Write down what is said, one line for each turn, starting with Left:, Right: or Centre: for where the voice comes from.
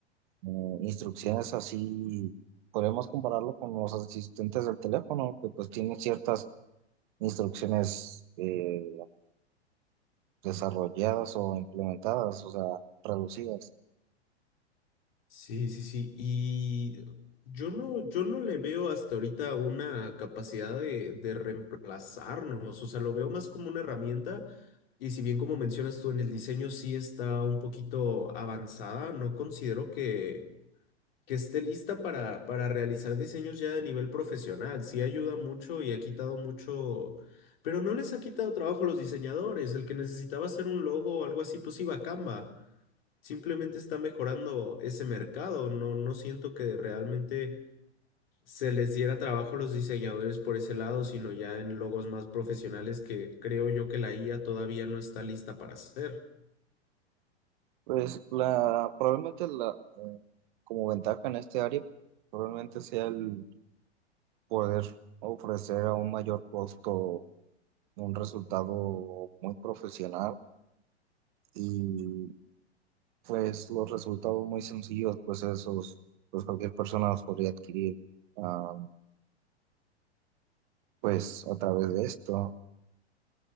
Right: eh, instrucciones así, podemos compararlo con los asistentes del teléfono, que pues tienen ciertas instrucciones eh, desarrolladas o implementadas, o sea, reducidas.
Left: Sí, sí, sí. Y yo no, yo no le veo hasta ahorita una capacidad de, de reemplazarnos. O sea, lo veo más como una herramienta. Y si bien como mencionas tú en el diseño sí está un poquito avanzada, no considero que, que esté lista para, para realizar diseños ya a nivel profesional. Sí ayuda mucho y ha quitado mucho, pero no les ha quitado trabajo a los diseñadores. El que necesitaba hacer un logo o algo así, pues iba a Canva simplemente está mejorando ese mercado. No, no siento que realmente se les diera trabajo a los diseñadores por ese lado, sino ya en logos más profesionales que creo yo que la IA todavía no está lista para hacer.
Right: Pues la, probablemente la, eh, como ventaja en este área, probablemente sea el poder ofrecer a un mayor costo un resultado muy profesional y pues los resultados muy sencillos, pues esos, pues cualquier persona los podría adquirir ah, pues a través de esto.